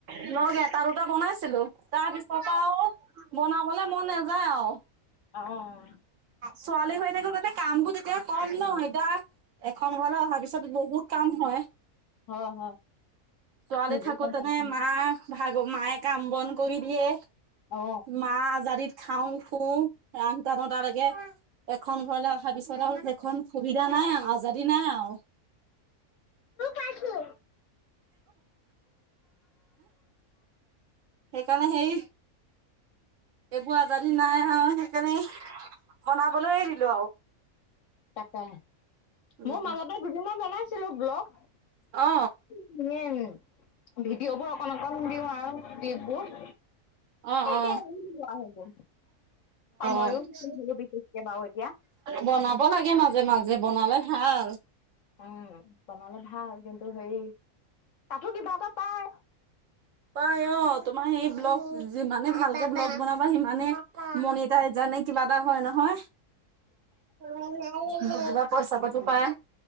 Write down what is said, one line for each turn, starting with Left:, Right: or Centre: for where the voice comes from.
Right: ব্লগ এটা দুটা বনাইছিলো তাৰপিছত আও বনাবলে মন নাযায় আও
Left: অহ।
Right: ছোৱালী হৈ থাকোতেযে তাতে কাম বোৰ তেতিয়া কম নহ এতিয়া এখন ঘৰলে অহাৰ পিছত বহুত কাম হয়
Left: হয় হয়
Right: ছোৱালী
Left: নিজে
Right: থাকোতেনে
Left: গম পাইছো
Right: মা ভাগ মায়ে কাম বন কৰি দিয়ে,
Left: অ
Right: মা আজাদিত খাওঁ শুওঁ আঠটা নতালৈকে, এখন ঘৰলে অহাৰ পিছত আৰু সেইখন সুবিধা নাই আৰু আজাদী নাই আও।
Left: ৰাখি।
Right: সেইকাৰণে সেই এইবোৰ আজাদী নাই আৰু সেইকাৰণে বনাবলৈ এৰি দিলো আও
Left: তাকে,
Right: উম
Left: মোৰ মাজতে
Right: উম
Left: দুদিনমান বনাইছিলো ব্লগ
Right: অ।
Left: সেইয়ে ভিডিঅ'বোৰ অকণ অকণ দিওঁ আৰু ৰিলছবোৰ
Right: অ
Left: এ এতিয়া
Right: অ
Left: আহ মন চন নোহোৱা হৈ গল, সময়ো
Right: অ
Left: হো <unintelligible> বিশষকে বাৰু এতিয়া
Right: বনাব লাগে মাজে মাজে বনালে ভাল
Left: উম, বনালে ভাল কিন্তু হেৰি, তাতো কিবা এটা পাই
Right: পাই অ তোমাৰ সেই ব্লগ যিমানে ভালকে ব্লগ বনাবা সিমানে মনিটাইজা নে কিবা এটা হয় নহয়? <unintelligible> কিবা পইচা পাতি পায়